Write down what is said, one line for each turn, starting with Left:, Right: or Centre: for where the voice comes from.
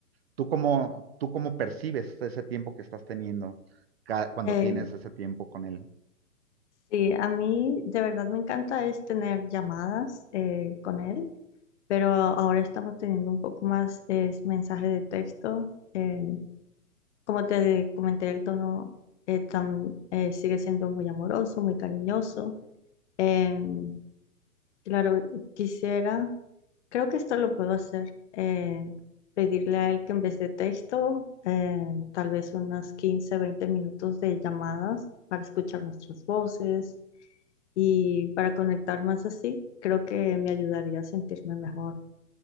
Right: ¿Tú cómo, tú cómo percibes ese tiempo que estás teniendo ca- cuando
Left: Eh,
Right: tienes ese tiempo con él?
Left: sí, a mí de verdad me encanta es tener llamadas eh, con él, pero a- ahora estamos teniendo un poco más es mensaje de texto. eh, Como te comenté, el tono eh, tam- eh, sigue siendo muy amoroso, muy cariñoso. Em, claro, quisiera, creo que esto lo puedo hacer, eh, pedirle a él que en vez de texto, eh, tal vez unas 15 20 minutos de llamadas para escuchar nuestras voces y para conectar más así, creo que me ayudaría a sentirme mejor.